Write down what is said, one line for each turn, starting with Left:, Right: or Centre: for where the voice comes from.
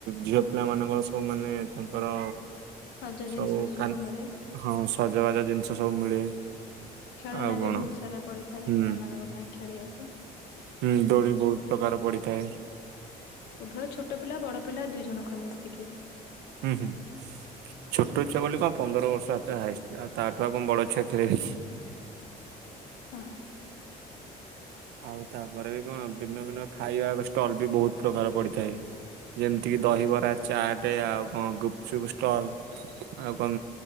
Right: ଝିଅ ପିଲା ମାନଙ୍କର ସବୁ ମାନେ ତାଙ୍କ ର
Left: ସଜ ଜିନିଷ
Right: ସବୁ କାନ୍
Left: ମିଳେ
Right: ହଁ ସଜବାଜ ଜିନିଷ ସବୁ ମିଳେ।
Left: ଖେଳନା
Right: ଆଉ କଣ
Left: ବି ବୋହୁତ୍ ସାରା ପଡିଥାଏ
Right: ହୁଁ।
Left: ପିଲାମାନଙ୍କ ପାଇଁ ଖେଳିବାକୁ।
Right: ହୁଁ ଦୋଳି ବୋହୁତ୍ ପ୍ରକାର ପଡିଥାଏ।
Left: ଉଭୟ ଛୋଟ ପିଲା ବଡ଼ ପିଲା ଦୁଇ ଜଣଙ୍କର ମିଶିକି।
Right: ହୁଁ ହୁଁ। ଛୋଟୋ ଛୁଆ ବୋଲି କଣ ପନ୍ଦର ବର୍ଷ ହାତେ ହାୟେଷ୍ଟ୍ ଆଉ ତା ଠୁ ଆଉ କଣ ବଡ଼ ଛୁଆ ଖେଳିବି କି? <inaudible>
Left: ହଁ।
Right: ଆଉ ତାପରେ ବି କଣ ଦିନୁକୁ ଦିନ ଖାଇବା ଷ୍ଟଲ୍ ବି ବୋହୁତ ପ୍ରକାର ପଡ଼ିଥାଏ। ଯେମିତି କିି ଦହି ବରା ଚାଟେ ଆଉ କଣ ଗୁପଚୁପ୍ ଷ୍ଟଲ୍। ଆଉ କଣ